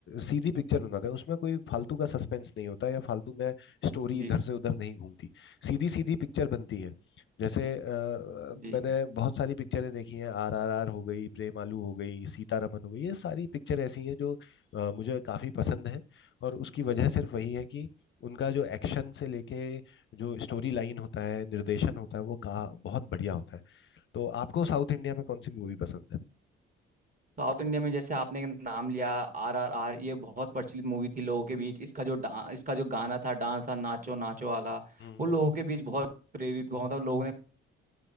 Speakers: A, on the left (about 35°); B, on the right (about 25°).
A: सीधी पिक्चर बनाते हैं उसमें कोई फालतू का सस्पेंस नहीं होता या फालतू में स्टोरी
B: जी
A: इधर से उधर नहीं घूमती सीधी सीधी पिक्चर बनती है जैसे अ, मैंने
B: जी
A: बहुत सारी पिक्चरें देखी हैं आर आर आर हो गई प्रेम आलू हो गई सीतारमन हो गई ये सारी पिक्चर ऐसी हैं जो अ, मुझे काफी पसंद है और उसकी वजह सिर्फ वही है कि उनका जो एक्शन से लेके जो स्टोरी लाइन होता है निर्देशन होता है वो कहा बहुत बढ़िया होता है तो आपको साउथ इंडिया में कौन सी मूवी पसंद है
B: साउथ इंडिया में जैसे आपने एक नाम लिया आर आर आर ये बहुत प्रचलित मूवी थी लोगों के बीच इसका जो डा इसका जो गाना था डांस था नाचो नाचो वाला
A: हम्म
B: वो लोगों के बीच बहुत प्रेरित हुआ मतलब लोगों ने